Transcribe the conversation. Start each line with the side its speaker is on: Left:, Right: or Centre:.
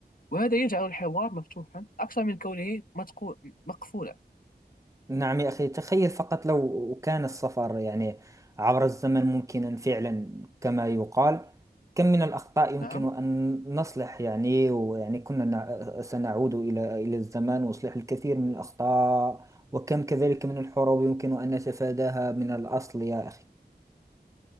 Left: وهذا يجعل الحوار مفتوحا أكثر من كونه متقو... مقفولا
Right: نعم يا أخي تخيل فقط لو كان السفر يعني عبر الزمن ممكنا فعلا كما يقال كم من الأخطاء يمكن
Left: نعم
Right: أن نصلح يعني ويعني كنا نع- سنعود إلى إلى الزمان وإصلاح الكثير من الأخطاء وكم كذلك من الحروب يمكن أن نتفاداها من الأصل يا أخي